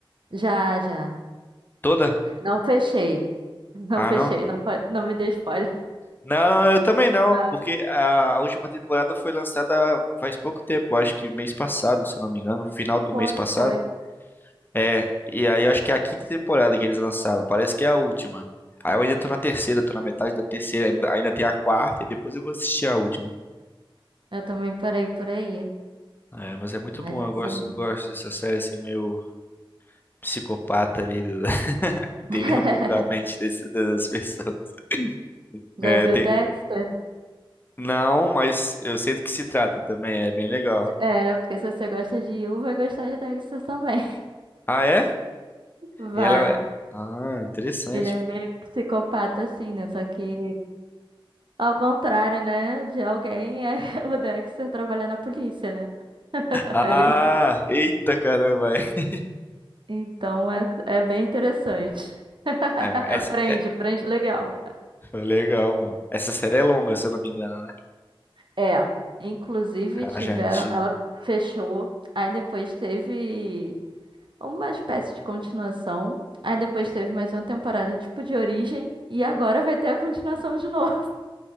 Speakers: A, on the right; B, on the left.
A: Já, já.
B: Toda?
A: Não fechei. Não
B: Ah,
A: fechei,
B: não?
A: não, pode- não me dê spoiler.
B: Não, não, eu também não,
A: Mas
B: porque a a última temporada foi lançada faz pouco tempo, acho que mês passado, se eu não me engano, final do
A: foi,
B: mês passado.
A: foi.
B: É, e aí eu acho que é a quinta temporada que eles lançaram, parece que é a última. Aí eu ainda tô na terceira, tô na metade da terceira, ainda, ainda tem a quarta e depois eu vou assistir a última.
A: Eu também parei por aí.
B: É, mas é muito
A: Mas
B: bom,
A: assim.
B: eu gosto, gosto dessa série assim, meio psicopata ali, do- <laughs> entender
A: <laughs>
B: um pouco a mente desse- dessas pessoas. <laughs>
A: Já
B: É,
A: viu
B: tem
A: Dexter?
B: Não, mas eu sei do que se trata também, é bem legal.
A: É, porque se você gosta de Yu, vai gostar de Dexter também.
B: Ah, é?
A: <laughs>
B: E
A: Vai.
B: ela. Ah, interessante.
A: Ele é meio psicopata, assim, né? Só que ao contrário, né? De alguém, é <laughs> o Dexter trabalha na polícia, né? <laughs>
B: Ah,
A: Ele-
B: eita caramba. aí.
A: Então é, é bem interessante. <laughs>
B: É, essa
A: Prende,
B: é
A: prende legal.
B: foi legal, pô. Essa série é longa, se eu não me engano, né?
A: É. Inclusive
B: Ela
A: tiveram.
B: já é antiga.
A: Ela fechou. Aí depois teve. Uma espécie de continuação. Aí depois teve mais uma temporada tipo de origem. E agora vai ter a continuação de novo. <laughs>